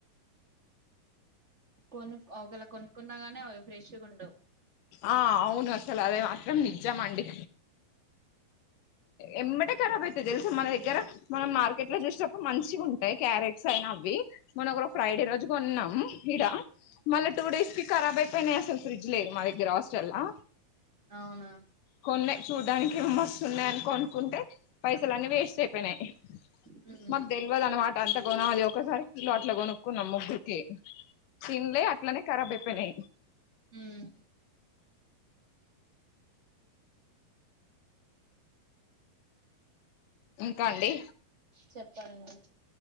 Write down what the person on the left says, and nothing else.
ఆ అవున అసలు అది మాత్రం నిజం అండి ఎంబాటే ఖరాబ్ అయితై తేల్సా మన దగ్గర మనం మార్కెట్ లో జూసేటప్పుడు మంచిగుంటాయ్ క్యారెట్స్ అయినా అవి మొన్న ఒకరోజు ఫ్రైడే రోజు కొన్నాం ఇడ మళ్ళా టూ డేస్ కి ఖరాబ్ అయిపోయినాయి అసలు ఫ్రిడ్జ్ లేదు మా దగ్గర హాస్టల్లా
కొన్నాయి చూడ్డానికి ఏమో మస్తున్నాయి అని కొనుకుంటే పైసలు అన్నీ వేస్ట్ అయిపోయినాయి
మాకు తెల్వదు అన్నమాట అంత గోనాలి ఒకసారి కిలో అట్లా కొను కున్నాం ముగ్గురికి తిన్లే అట్లనే ఖరాబ్ అయిపోయినై
ఇంకా అండి